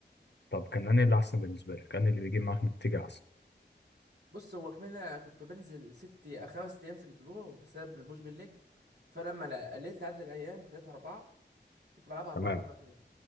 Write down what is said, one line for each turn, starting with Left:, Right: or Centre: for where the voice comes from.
Left: طب كان انهي اللي احسن بالنسبه لك انهي اللي بيجيب معاك نتيجه احسن
Right: بص هو كمان انا كنت بنزل ست خمس ايام في الاسبوع بسبب البوش بالليج فلما لا- قللت عدد الايام خليتها اربعه كنت بلعبها اربعه
Left: تمام
Right: اربع ايام